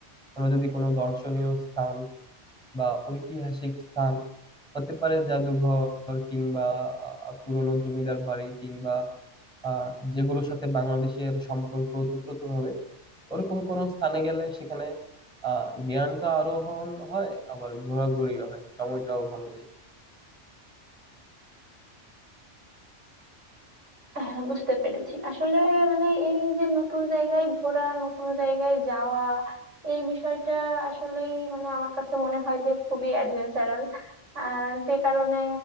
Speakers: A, in the centre; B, on the right (about 85°).
A: আমরা যদি কোনো দর্শনীয় স্থান বা ঐতিহাসিক স্থান হতে পারে জাদুঘর কিংবা আহ, পুরনো জমিদার বাড়ি কিংবা আহ, যেগুলোর সাথে বাংলাদেশের সম্পর্ক ওতপ্রোতভাবে ওরকম কোনো স্থানে গেলে সেখানে আহ জ্ঞানটা আরোহণ হয় আবার ঘোরাঘুরিও হয় সময়টাও ভালো যায়
B: হ্যাঁ বুঝতে পেরেছি আসলে মানে এই যে নতুন জায়গায় ঘোরা নতুন জায়গায় যাওয়া এই বিষয়টা আসলেই মানে আমার কাছে মনে হয় যে খুবই অ্যাডভেঞ্চারাল আর যে কারণে